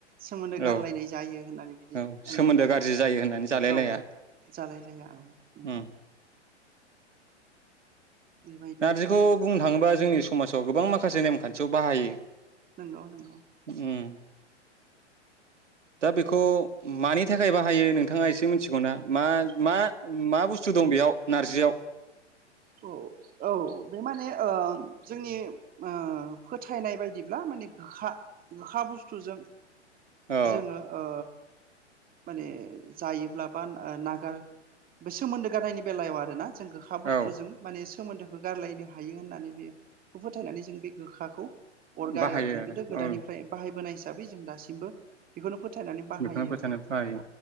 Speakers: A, on the right; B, on the right.
A: सोमोन्दो
B: औ
A: गारलायनाय जायो होननानै बिदि
B: औ
A: माने
B: सोमोन्दो गाज्रि जायो होननानै जालाय
A: औ
B: लाया
A: जालायलाया औ नंगौ।
B: उम
A: बेबायदि
B: नारजिखौ बुं थाङोबा जोंनि समाजाव गोबां माखासे नेमखान्थियाव बाहायो।
A: नोंगौ नोंगौ।
B: उम दा बेखौ मानि थाखाय बाहायो नोंथाङा एसे मिथिगौ ना? मा मा, मा बुस थु दं बेयाव नारजियाव।
A: औ औ बे माने ओ जोंनि ओ फोथायनाय बायदिब्ला माने गोखा गोखा बुस्थुजों
B: अ
A: जोङो ओ ओ माने जायोब्ला बा ओ नागार बे सोमोन्दो गारनायनि बेलायाव आरोना। जों गोखा बुस
B: औ
A: माने सोमोन्दोखौ गारलायनो हायो होननानै बे खौ फोथायनानै जों बे गोखाखौ अरगारो
B: बाहायो
A: आरो जों गोदो गोदायनिफ्राय
B: औ
A: बाहायबोनाय बो जों दासिमबो बेखौनो फोथायनानै बाहायो
B: बेखौनो फोथायनो
A: आरो
B: बाहायो